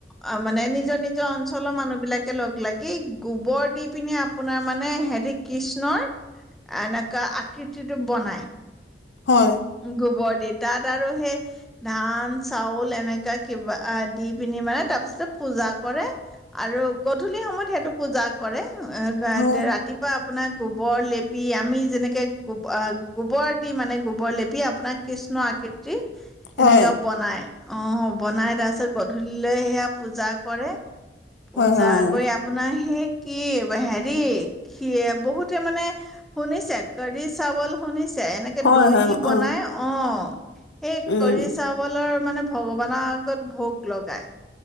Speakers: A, in the centre; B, on the left.
A: অ' মানে নিজৰ নিজৰ অঞ্চলৰ মানুহ বিলাক লাগি গোবৰ দি পিনে আপোনাৰ মানে হেৰি কৃষ্ণৰ এনেকা আকৃতিটো বনায়।
B: হয়
A: গোবৰ <unintelligible> তাত আৰু সেই ধান, চাউল এনেকা কিবা দি পিনি মানে তাৰ পিছত পূজা কৰে আৰু গধূলি সময়ত সেইটো পূজা কৰে। অ, <unintelligible>
B: হয়
A: ৰাতিপুৱা আপোনাৰ গোবৰ লেপি আমি যেনেকে গোব-অহ গোবৰ দি মানে গোবৰ লে <unintelligible> আপোনাৰ কৃষ্ণ আকৃতি <unintelligible>
B: হয়
A: এনেকা বনায়। অ' বনাই, তাৰপিছত গধূলি লৈ সেয়া পূজা কৰে। পূজা
B: হয় হয়
A: কৰি আপোনাৰ সেই কি। <unintelligible> ৰি সিয়ে বহুত সেইটোৱেই মানে শুনিছে, কৰি চাৱল শুনিছ এনেকে
B: হয়
A: দৈ
B: হয়
A: দি বনায়,
B: অ
A: অ'। সেই
B: উম
A: কৰি চাবলে ৰু মানে ভগৱান <unintelligible> আগত ভোগ লগায়।